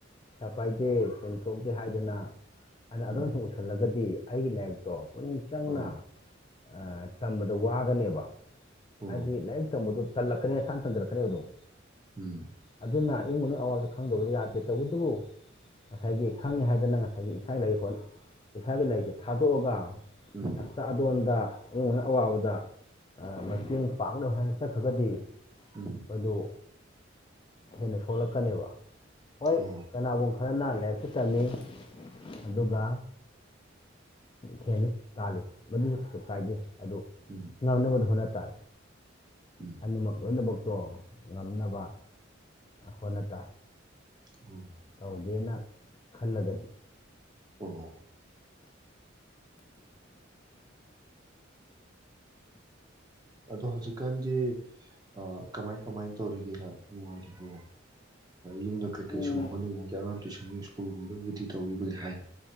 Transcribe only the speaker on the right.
ꯎꯝ
ꯑꯥ
ꯑꯣ
ꯎꯝ
ꯎꯝ
ꯎꯝ
ꯎꯝ
ꯑꯣ
ꯎꯝ
ꯎꯝ
ꯑꯣ
ꯑꯣ ꯍꯣ ꯑꯗꯣ ꯍꯧꯖꯤꯛꯀꯥꯟꯖꯦ ꯑ ꯀꯃꯥꯏ ꯀꯃꯥꯏꯅ ꯇꯧꯔꯤꯒꯦ ꯁꯥꯔ ꯅꯨꯡꯉꯥꯏꯔꯤꯕꯣ ꯌꯨꯝꯗ ꯀꯩꯀꯩ
ꯁꯨꯝ ꯍꯣꯠꯅꯤꯡꯉꯥꯏ ꯑꯉꯥꯡ ꯇꯨꯏꯁꯟ ꯁ꯭ꯀꯨꯜꯨꯝꯕꯕꯨꯗꯤ ꯇꯧꯕꯤꯕꯨꯗꯤ ꯍꯥꯏꯔꯤ